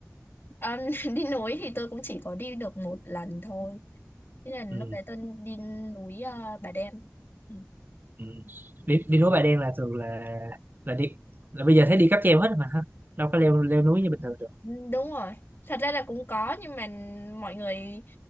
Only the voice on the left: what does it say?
Ờ, <laughs> đi núi thì tôi cũng chỉ có đi được một lần thôi Thế là lúc
đấy tôi đi núi ờ, Bà Đen. Ừ.
đúng rồi thật ra là cũng có nhưng mà mọi người